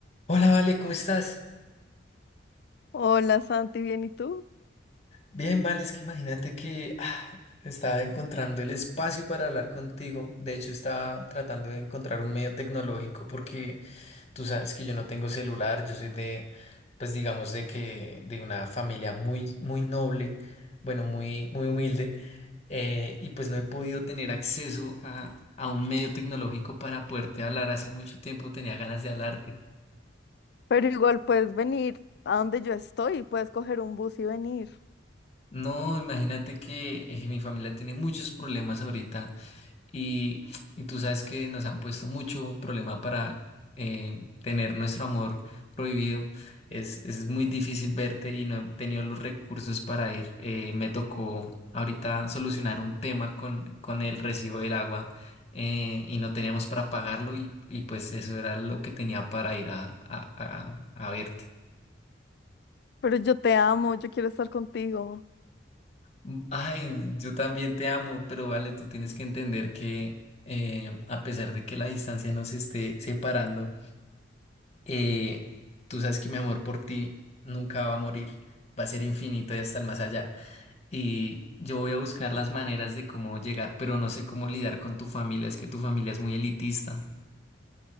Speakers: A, on the left; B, on the left.
A: Hola, Vale, ¿cómo estás?
B: Hola Santi, bien, ¿y tú?
A: Bien, Vale, es que imagínate que ah, estaba encontrando el espacio para hablar contigo. De hecho, estaba tratando de encontrar un medio tecnológico porque tú sabes que yo no tengo celular, yo soy de, pues digamos, de que de una familia muy, muy noble, bueno, muy, muy humilde, eh, y pues no he podido tener acceso a, a un medio tecnológico para poderte hablar. Hace mucho tiempo tenía ganas de hablarte.
B: Pero igual puedes venir a donde yo estoy, puedes coger un bus y venir.
A: No, imagínate que eh, mi familia tiene muchos problemas ahorita Y, y tú sabes que nos han puesto mucho problema para eh, tener nuestro amor prohibido. Es, es muy difícil verte y no he tenido los recursos para ir. Eh, me tocó ahorita solucionar un tema con, con el recibo del agua eh, y no teníamos para pagarlo y, y pues eso era lo que tenía para ir a, a, a, a verte.
B: Pero yo te amo, yo quiero estar contigo.
A: Mm, Ay, yo también te amo, pero vale, tú tienes que entender que eh, a pesar de que la distancia nos esté separando, eh, tú sabes que mi amor por ti nunca va a morir, va a ser infinito y hasta el más allá. Y yo voy a buscar las maneras de cómo llegar, pero no sé cómo lidiar con tu familia, es que tu familia es muy elitista.